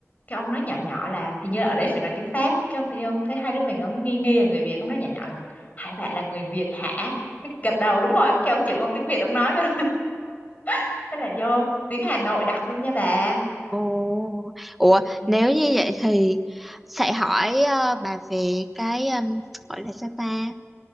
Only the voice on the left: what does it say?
cái ông nói nhỏ nhỏ là hình như là ở đấy phải nói tiếng Pháp cái ông tự nhiên ông thấy hai đứa mình ông nghi nghi là người Việt ông nói nhỏ nhỏ là hai bạn là người Việt hả cái gật đầu đúng rồi cái ông chửi ông tiếng Việt ông nói luôn <laughs> thế là vô tiếng Hà Nội đặc luôn nha bà
ừ.